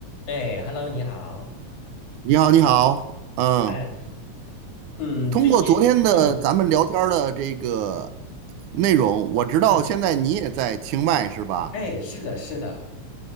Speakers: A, on the left; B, on the right.
A: 哎，Hello，你好。
B: 你好，你好，嗯，
A: 哎，嗯，
B: 通过昨天的咱们聊天儿的这个内容，
A: 最近，嗯
B: 我知道现在你也在清迈是吧？
A: 嗯，哎，是的，是的，